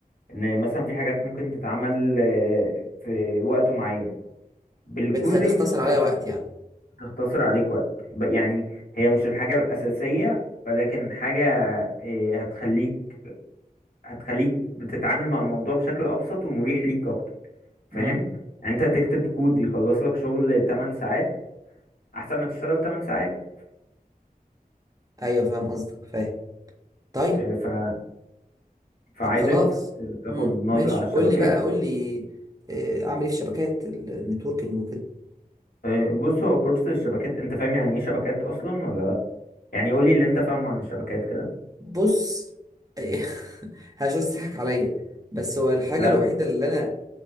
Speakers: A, on the left (about 75°); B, on the right (about 25°).
A: ان مثلا في حاجات ممكن تتعمل آه، في وقت معين بالكودينج
B: بتخ- بتختصر عليا
A: هت-
B: وقت يعني
A: هتختصر عليك وقت ب- يعني هي مش الحاجة الأساسية ولكن حاجة آه، هتخليك هتخليك بتتعامل مع الموضوع بشكل أبسط ومريح ليك أكتر فاهم؟
B: امم
A: يعني أنت تكتب كود يخلص لك شغل 8 ساعات أحسن ما تشتغل 8 ساعات
B: ايوه فاهم قصدك فاهم طيب
A: فاهم؟ فعايزك
B: طب خلاص
A: تاخد
B: امم
A: نظرة
B: ماشي
A: على الشبكات
B: قول لي بقى قول لي آه، اعمل ايه في شبكات النتوركينج وكده
A: آه، بص هو كورس الشبكات انت فاهم يعني ايه شبكات اصلا ولا لا يعني قولي اللي انت فاهمه عن الشبكات كده
B: بص <laughs> هجس تضحك عليا بس هو الحاجة
A: لا
B: الوحيدة
A: لا
B: اللي انا